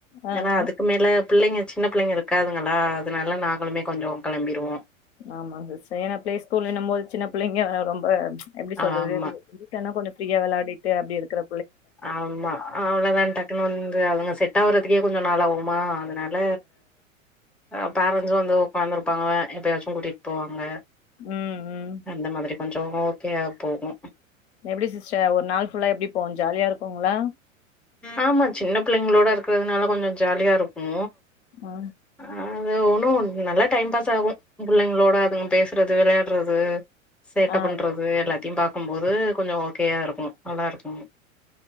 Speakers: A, on the left (about 55°); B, in the centre.
A: ஆ
B: ஆனா
A: ஆ
B: அது க்கு மேல பிள்ளைங்க சின்ன பிள்ளைங்க இருக்காதுங்களா அதனால நாங்களுமே கொஞ்சோ கெளம்பிருவோம்
A: ஆமாங்க ஸ் சர் ஏன்னா ப்ளே ஸ்கூல் இன்னும் போது சின்ன பிள்ளைங்க ரொம்ப எப்டி சொல்றது
B: ஆமா
A: இருக்கு ஆனா கொஞ்ச ஃப்ரீயா வெளாடிட்டு அப்டி இருக்கற
B: ஆமா அவ்ளதா டக் குன்னு வந்து அவுங்க செட் ஆவுறதுக்கே கொஞ்ச நாள் ஆவுமா அதனால அ பேரண்ட்ஸும் வந்து ஒக்காந்துருப்பாங்க எப்பயாச்சும் கூட்டிட் போவாங்க
A: ம் ம்
B: அந்த மாதிரி கொஞ்சம் ஓகேவா போவும்
A: எப்டி சிஸ்டர் ஒரு நாள் ஃபுல்லா எப்டி போவும் ஜாலியா இருக்குங்ளா
B: ஆமா சின்ன பிள்ளைங்களோட இருக்கிறதுனால கொஞ்சொ ஜாலியா இருக்கு
A: ஆ
B: ஆ அது ஒன்னு நல்லா டைம் பாஸ் ஆகு பிள்ளைங்களோட அதுங்க பேசுறது வெளையாட்றது சேட்ட
A: ஆ
B: பன்றது எல்லாத்தையு பாக்கும்போது கொஞ்சொ ஓகேயா இருக்கு நல்லா இருக்கு